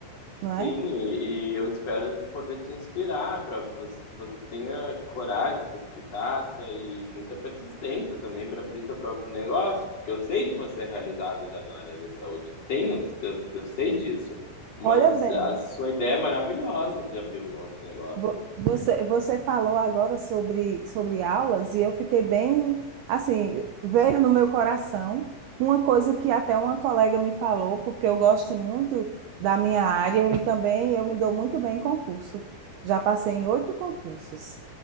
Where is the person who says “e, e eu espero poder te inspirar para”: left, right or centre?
Left